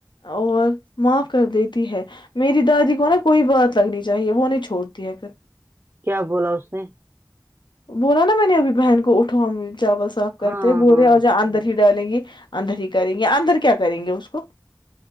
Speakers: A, on the left (about 85°); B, on the right (about 30°).
A: اور معاف کر دیتی ہے <unintelligible> میری دادی کو نا کوئی بات لگنی چاہیے وہ نہیں چھوڑتی ہے پھر
B: کیا بولا اس نے
A: بولا نا میں نےبھی بہن کو اٹھا چاول صاف کرتے
B: ہاں
A: بورے
B: ہاں
A: آ جا اندر ہی <unintelligible> ڈالیں گے اندر ہی کریں گے اندر کیا کریں گے اس کو <unintelligible>